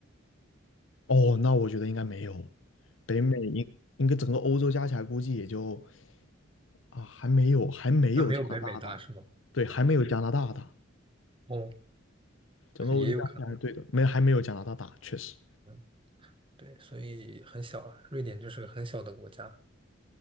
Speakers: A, on the left; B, on the right.
A: 哦，那我觉得应该没有，北美应应该整个欧洲加起来估计也就啊还没有还没有加拿大大，
B: 那没有北美大是吗？
A: 对，还没有加拿大大，
B: 哦，
A: 整个欧洲加起来对的，
B: 但是也有可能。
A: 没还没有加拿大大，确实。
B: 嗯，对，所以很小了。瑞典就是个很小的国家。